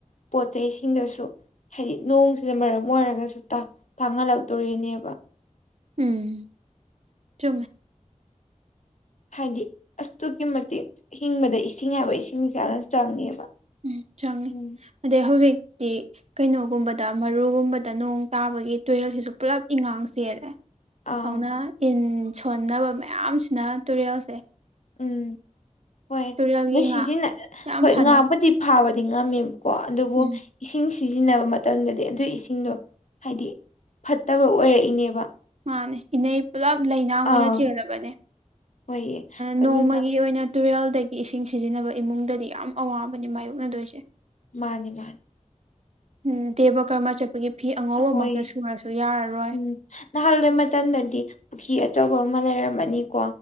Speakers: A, on the left; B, on the right.
A: ꯄꯣꯠ ꯆꯩꯩꯁꯤꯡꯗꯁꯨ ꯍꯥꯏꯗꯤ ꯅꯣꯡꯁꯤꯅ ꯃꯔꯝ ꯑꯣꯏꯔꯒꯁꯨ ꯇꯥ ꯇꯥꯡꯍꯜꯂꯛꯇꯣꯔꯤꯅꯦꯕ
B: ꯎꯝ ꯆꯃꯦ
A: ꯍꯥꯏꯗꯤ ꯑꯗꯨꯛꯀꯤ ꯃꯇꯤꯛ ꯍꯤꯡꯕꯗ ꯏꯁꯤꯡ ꯍꯥꯏꯕ ꯏꯁꯤꯡꯁꯤ ꯌꯥꯝꯅ ꯆꯪꯉꯦꯕ
B: ꯎꯝ ꯆꯪꯉꯤ
A: ꯎꯝ
B: ꯑꯗꯩ ꯍꯧꯖꯤꯛꯇꯤ ꯀꯩꯅꯣꯒꯨꯝꯕꯗ ꯃꯔꯨꯒꯨꯝꯕꯗ ꯅꯣꯡ ꯇꯥꯕꯒꯤ ꯇꯨꯔꯦꯜꯁꯤꯁꯨ ꯄꯨꯜꯂꯞ ꯏꯪꯉꯥꯡ ꯆꯦꯜꯂꯦ
A: ꯑꯥ
B: ꯑꯗꯨꯅ ꯏꯟ ꯁꯣꯟꯕ ꯃꯌꯥꯝꯁꯤꯅ ꯇꯨꯔꯦꯜꯁꯦ
A: ꯎꯝ ꯍꯣꯏ
B: ꯇꯨꯔꯦꯜꯒꯤ
A: ꯑ
B: ꯉꯥ
A: ꯁꯤꯁꯤꯅ
B: ꯌꯥꯝ
A: ꯍꯣꯏ
B: ꯐꯥꯅꯩ
A: ꯉꯥꯕꯨꯗꯤ ꯐꯥꯕꯗꯤ ꯉꯝꯃꯦꯕ ꯀꯣ ꯑꯗꯨꯕꯨ
B: ꯎꯝ
A: ꯏꯁꯤꯡ ꯁꯤꯖꯤꯟꯅꯕ ꯃꯇꯝꯗꯗꯤ ꯑꯗꯨꯒꯤ ꯏꯁꯤꯡꯗꯣ ꯍꯥꯏꯗꯤ ꯐꯠꯇꯕ ꯑꯣꯏꯔꯛꯏꯅꯦꯕ
B: ꯃꯥꯅꯦ ꯏꯅꯩ ꯄꯨꯜꯂꯞ ꯂꯩꯅꯥꯡ ꯑꯣꯏꯅ
A: ꯑꯥ
B: ꯆꯦꯜꯂꯕꯅꯦ
A: ꯍꯣꯏꯌꯦ
B: ꯅꯣꯡꯃꯒꯤ
A: ꯑꯗꯨꯅ
B: ꯑꯣꯏꯅ ꯇꯨꯔꯦꯜ ꯗꯒꯤ ꯏꯁꯤꯡ ꯁꯤꯖꯤꯟꯅꯕ ꯏꯃꯨꯡꯗꯗꯤ ꯌꯥꯝ ꯑꯋꯥꯕꯅꯦ ꯃꯥꯥꯏꯌꯣꯛꯅꯗꯣꯏꯁꯦ
A: ꯃꯥꯅꯤ ꯃꯥꯅꯤ
B: ꯎꯝ ꯗꯦꯕ ꯀꯔꯃ ꯆꯠꯄꯒꯤ ꯐꯤ ꯑꯉꯧꯕꯃꯛꯇ
A: ꯍꯣꯏ
B: ꯁꯨꯔꯁꯨ ꯌꯥꯔꯔꯣꯏ
A: ꯎꯝ ꯅꯍꯥꯟꯋꯥꯏ ꯃꯇꯝꯗꯗꯤ ꯄꯨꯈ꯭ꯔꯤ ꯑꯆꯧꯕ ꯑꯃ ꯂꯩꯔꯝꯃꯅꯤꯀꯣ